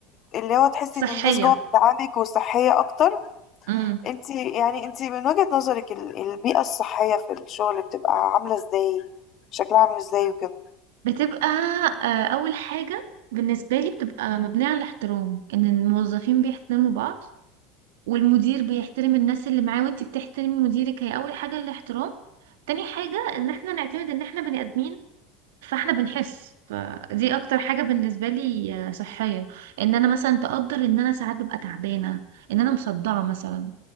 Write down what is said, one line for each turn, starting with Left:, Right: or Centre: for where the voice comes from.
Left: اللي هو تحسي
Right: صحية
Left: ان الناس جوه بتدعمك وصحيه اكتر
Right: امم
Left: انت يعني انت من وجهة نظرك ال- البيئة الصحية في الشغل بتبقى عاملة ازاي شكلها عامل ازاي وكده
Right: بتبقى آه، اول حاجه بالنسبه لي بتبقى مبنيه على الاحترام ان الموظفين بيحترموا بعض والمدير بيحترم الناس اللي معاه وانت بتحترمي مديرك هي اول حاجه الاحترام تاني حاجه ان احنا نعتمد ان احنا بني ادمين فاحنا بنحس فدي اكتر حاجة بالنسبة لي آه، صحية ان انا مثلا تقدر ان انا ساعات ببقى تعبانة ان انا مصدعة مثلا